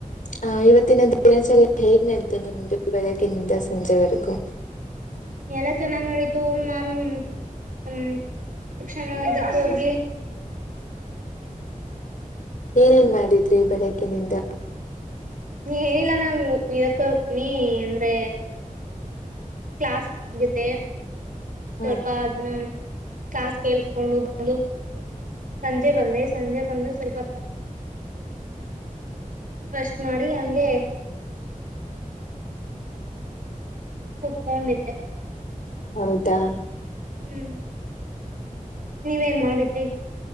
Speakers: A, on the left (about 65°); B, on the right (about 70°).
A: ಹ ಇವತ್ತಿನ ದಿನಾಚ ಹೇಗ್ ನಡೀಿತು ನಿಮ್ದು ಬೆಳಗ್ಗೆಿನಿಂದ ಸಂಜೆವರೆಗೂ
B: ಎಲ್ಲಾ ಚೆನ್ನಾಗ್ ನಡೀತು ನನ್ ಹ್ಮ್ ಶಿಕ್ಷಣ ಇದಕ್ಕ ಹೋಗಿ
A: ಏನೇನ್ ಮಾಡಿದ್ರಿ ಬೆಳಗ್ಿನಿಂದ
B: ನೀ ಏನಿಲ್ಲ ನಾು ಇದಕ್ಕೆ ಹೋಗ್ತೀನಿ ಅಂದ್ರೆ ಕ್ಲಾಸ್ ಆಗೆ ಸ್ವಲ್ಪ
A: ಹ
B: ಅದನ್ನ ಕ್ಲಾಸ್ ಕೇೇಳಸ್ಕೊಂಡು ಬಂದು ಸಂಜೆ ಬಂದೆ ಸಂಜೆ ಬಂದು ಸ್ವಲ್ಪ ರಸ್ಟ್ ಮಾಡಿ ಹಂಗೆ ಕುತ್ಕೊಂಡಿದ್ದೆ
A: ಹೌದಾ
B: ಹ್ಮ್ ನೀವೇನ್ ಮಾಡಿದ್ರಿ